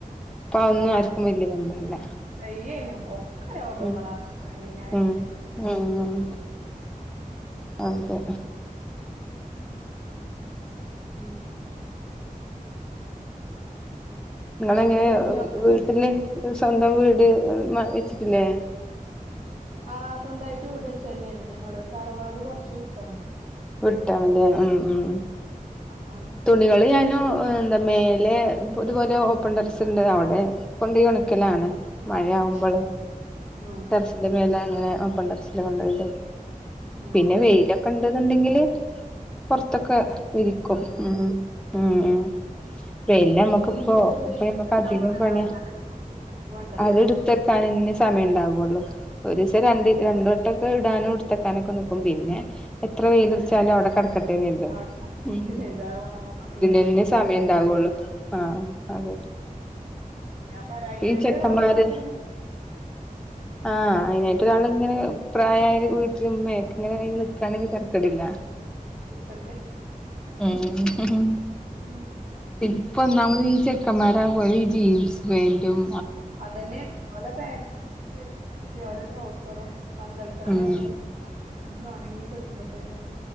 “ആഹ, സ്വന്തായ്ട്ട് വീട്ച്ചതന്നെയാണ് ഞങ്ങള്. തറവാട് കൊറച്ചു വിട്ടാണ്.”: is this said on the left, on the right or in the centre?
Right